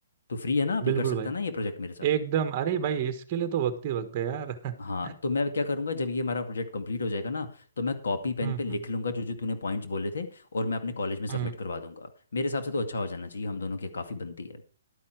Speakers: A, on the left; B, on the right.
A: तो फ्री है ना अभी
B: बिल्कुल
A: कर सकता
B: भाई
A: है ना ये प्रोजेक्ट मेरे साथ
B: एकदम अरे भाई इसके लिए तो वक्त ही वक्त है यार <laughs>
A: हाँ तो मैं क्या करूँगा जब ये हमारा प्रोजेक्ट कंप्लीट हो जाएगा ना तो मैं कॉपी पेन
B: हम्म
A: पे लिख
B: हम्म
A: लूँगा जो जो तूने पॉइंट्स बोले थे और मैं अपने कॉलेज में सबमिट
B: हम्म
A: करवा दूंगा मेरे हिसाब से तो अच्छा हो जाना चाहिए हम दोनों की काफ़ी बनती है